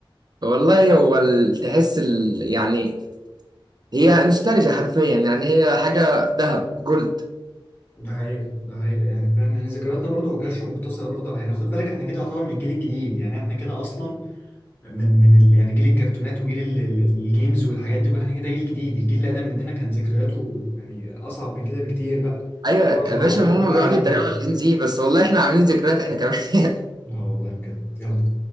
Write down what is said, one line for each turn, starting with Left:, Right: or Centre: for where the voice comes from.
Right: والله هو ال- تحس ال... يعني هي نوستالجيا حرفيا يعني هي حاجة ذهب جولد
Left: ده حقيقة ده حقيقة يعني فاهم يعني ذكرياتنا برضو ما كانتش مقتصرة برضو على- يعني خد بالك احنا كده يعتبر من الجيل الجديد يعني احنا كده أصلا من من ال... يعني جيل الكرتونات وجيل ال... ال- الجيمز والحاجات دي كلها احنا كده جيل جديد الجيل اللي أقدم مننا كان ذكرياته يعني أصعب من كده بكتير بقى
Right: ايوه
Left: كرة
Right: يا
Left: شراب
Right: باشا هم
Left: بقى
Right: بيقعدوا
Left: و-
Right: يتريقوا على الجين زي بس والله احنا عاملين ذكريات احنا كمان <laughs>
Left: لا والله بجد يلا